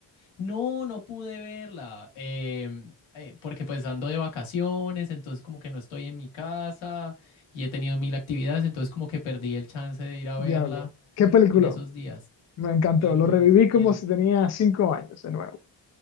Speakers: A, on the left (about 85°); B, on the left (about 35°).
A: No, no pude verla, em, eh, porque pues ando de vacaciones, entonces como que no estoy en mi casa y he tenido mil actividades, entonces como que perdí el chance de ir a
B: Diablo.
A: verla
B: Qué película.
A: en esos días,
B: Me encantó.
A: pero
B: Lo reviví
A: sí quiero.
B: como si tenía cinco años de nuevo.